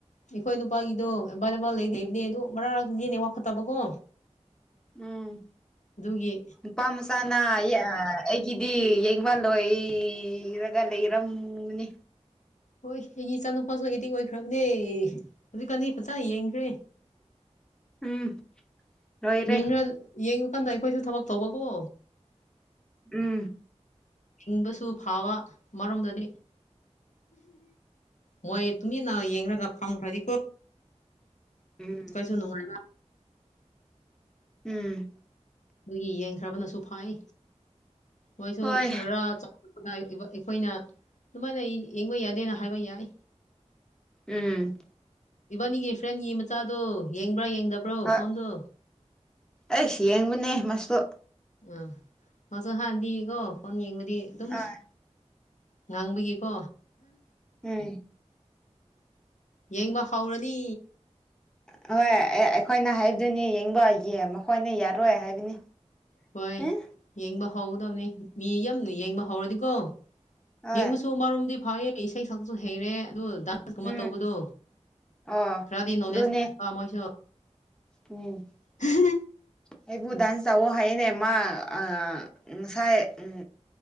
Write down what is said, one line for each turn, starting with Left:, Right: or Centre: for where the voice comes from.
Left: ꯑꯩꯈꯣꯏ ꯅꯨꯄꯥꯒꯤꯗꯣ ꯑꯦꯕꯥꯏꯂꯦꯕꯜ ꯂꯩꯇꯦ ꯍꯥꯏꯕꯅꯦ ꯑꯗꯨ ꯃꯔꯛ ꯃꯔꯛꯇꯗꯤ ꯅꯦꯠꯋꯥꯛ ꯐꯠꯇꯕꯀꯣ
Centre: ꯎꯝ
Left: ꯑꯗꯨꯒꯤ
Centre: ꯅꯨꯄꯥ ꯃꯆꯥꯅ ꯌꯥ ꯑꯩꯒꯤꯗꯤ ꯌꯦꯡꯕ ꯂꯣꯏꯔꯒ ꯂꯩꯔꯝ ꯎꯡꯕꯅꯤ
Left: ꯍꯣꯏ ꯑꯩꯒꯤ ꯏꯆꯥꯅꯨꯄꯥꯁꯨ ꯑꯦꯗꯤꯡ ꯑꯣꯏꯈ꯭ꯔꯕꯅꯦ ꯍꯧꯖꯤꯛꯀꯥꯟꯗꯤ ꯐꯖ ꯌꯦꯡꯈ꯭ꯔꯦ
Centre: ꯎꯝ ꯂꯣꯏꯔꯦ
Left: ꯌꯦ ꯌꯦꯡꯉꯨꯀꯥꯟꯗ ꯑꯩꯈꯣꯏꯁꯨ ꯊꯕꯛ ꯇꯧꯕꯀꯣ
Centre: ꯎꯝ
Left: ꯍꯤꯡꯕꯁꯨ ꯐꯕ ꯃꯔꯣꯝꯗꯗꯤ ꯃꯣꯏ ꯇꯨꯝꯃꯤꯅ ꯌꯦꯡꯔꯒ ꯐꯥꯝ ꯈ꯭ꯔꯗꯤ ꯀꯣ
Centre: ꯎꯝ
Left: ꯀꯩꯁꯨꯨꯅꯅꯨꯡ
Centre: ꯎꯝ
Left: ꯃꯣꯏꯒꯤ ꯌꯦꯡꯈ꯭ꯔꯕꯅꯁꯨ ꯐꯩ ꯃꯣꯏꯁꯨ
Centre: ꯍꯣꯏ
Left: ꯈꯔ ꯑꯩꯈꯣꯏꯅ ꯑꯗꯨꯃꯥꯏꯅ ꯌꯦꯡꯕ ꯌꯥꯗꯦꯅ ꯍꯥꯏꯕ ꯌꯥꯏ
Centre: ꯎꯝ
Left: ꯏꯕꯥꯅꯤꯒꯤ ꯐ꯭ꯔꯦꯟꯒꯤ ꯃꯆꯥꯗꯣ ꯌꯦꯡꯕ꯭ꯔꯥ ꯌꯦꯡꯗꯕ꯭ꯔꯣ
Centre: ꯍꯣꯏ
Left: ꯐꯣꯟꯗꯣ
Centre: ꯑꯩꯁ ꯌꯦꯡꯕꯅꯦ ꯃꯥꯁꯨ
Left: ꯑꯥ ꯃꯥꯁꯨ ꯍꯥꯟꯅꯗꯤꯀꯣ ꯐꯣꯟ ꯌꯦꯡꯕꯗꯤ ꯑꯗꯨꯝ
Centre: ꯑꯥ
Left: ꯉꯥꯡꯕꯒꯤꯀꯣ
Centre: ꯎꯝ
Left: ꯌꯦꯡꯕ ꯍꯧꯔꯅꯤ
Centre: ꯍꯣꯏ ꯑꯩꯈꯣꯏꯅ ꯍꯥꯏꯕꯗꯨꯅꯤ ꯌꯦꯡꯕ ꯌꯦ ꯍꯣꯏꯅꯦ ꯌꯥꯔꯣꯏ ꯍꯥꯏꯕꯅꯤ
Left: ꯍꯣꯏ
Centre: ꯎꯝ
Left: ꯌꯦꯡꯕ ꯍꯧꯒꯗꯕꯅꯤ ꯃꯤ ꯌꯥꯝꯅ ꯌꯦꯡꯕ ꯍꯧꯔꯗꯤꯀꯣ
Centre: ꯍꯣꯏ
Left: ꯌꯦꯡꯕꯁꯨ ꯃꯔꯨꯝꯝꯗꯤ ꯐꯌꯦ ꯏꯁꯩ ꯁꯛꯄꯁꯨ ꯍꯩꯔꯦ ꯑꯗꯨ ꯀꯨꯝꯕ
Centre: ꯎꯝ
Left: ꯇꯧꯕꯗꯨ
Centre: ꯑꯣ
Left: ꯈꯔꯗꯤ ꯅꯣꯂꯦꯖ
Centre: ꯑꯗꯨꯅꯦ
Left: ꯃꯣꯏꯁꯨ
Centre: ꯎꯝ
Left: ꯍ
Centre: ꯑꯩꯕꯨ ꯗꯥꯥꯟꯁ ꯇꯥ ꯍꯥꯏꯌꯦꯅꯦ ꯃꯥ ꯑ ꯉꯁꯥꯏ ꯎꯝ